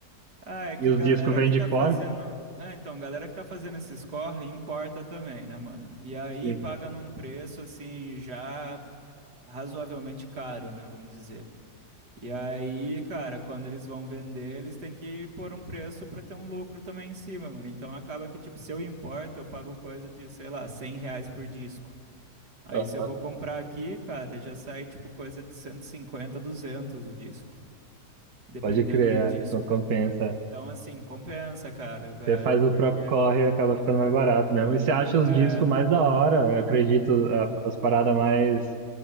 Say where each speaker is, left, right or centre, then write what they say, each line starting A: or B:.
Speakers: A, on the right; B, on the right.
A: Ah, é que
B: e os
A: galera
B: discos vêm
A: que
B: de
A: tá
B: fora.
A: fazendo. É, então, galera que tá fazendo esses corre importa também, né, mano? E aí
B: Sim.
A: paga num preço, assim, já razoavelmente caro, né, vamos dizer. E aí, cara, quando eles vão vender, eles têm que pôr um preço pra ter um lucro também em cima, mano. Então acaba que, tipo, se eu importo, eu pago coisa de, sei lá, 100 reais por disco. Aí
B: Aham.
A: se eu vou comprar aqui, cara, já sai, tipo, coisa de 150 200 o disco, dependendo
B: Pode crer,
A: do disco.
B: é. Co- compensa.
A: Então, assim, compensa, cara,
B: Você
A: é,
B: faz
A: porque
B: o próprio corre e acaba ficando mais barato mesmo. E você acha os
A: é,
B: discos mais da hora, eu acredito, a- as paradas mais